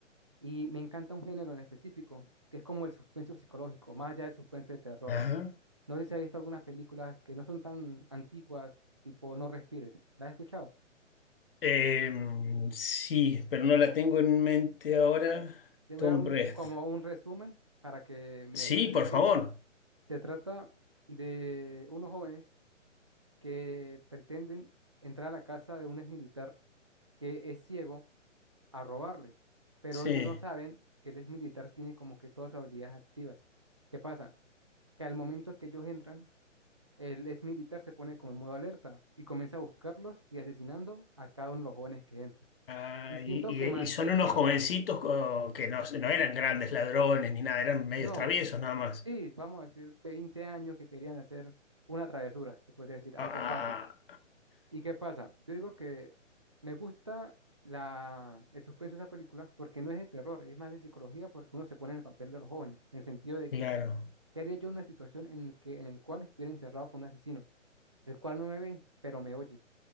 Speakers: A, on the right; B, on the left.
A: y me encanta un género en específico, que es como el suspenso psicológico, más allá del suspenso de terror.
B: Ajá.
A: No sé si has visto algunas películas que no son tan antiguas, tipo No Respires. ¿Las has escuchado?
B: Em, sí, pero no la tengo en mente ahora.
A: Te voy
B: Tom
A: a dar un-
B: Breath.
A: como un resumen para que medio
B: Sí,
A: la entiendas.
B: por favor.
A: Se trata de unos jóvenes que pretenden entrar a la casa de un exmilitar que es ciego a robarle, pero
B: Sí.
A: ellos no saben que el exmilitar tiene como que todas sus habilidades activas. ¿Qué pasa? Que al momento que ellos entran, el exmilitar se pone como en modo alerta y comienza a buscarlos y asesinando a cada uno de los jóvenes que entran.
B: Ah,
A: Y siento
B: y, y-
A: que mantiene,
B: y son unos jovencitos co- que no, no eran grandes ladrones ni nada, eran medios
A: no,
B: traviesos nada más.
A: Sí, vamos a decir 20 años que querían hacer una travesura, se podría decir, algo
B: Ah,
A: fácil. ¿Y qué pasa? Yo digo que me gusta la, el suspenso de esa película porque no es de terror, es más de psicología porque uno se pone en el papel de los jóvenes, en el sentido de
B: claro,
A: que, ¿qué haría yo en una situación en el que, en el cual estuviera encerrado con un asesino, el cual no me ve, pero me oye?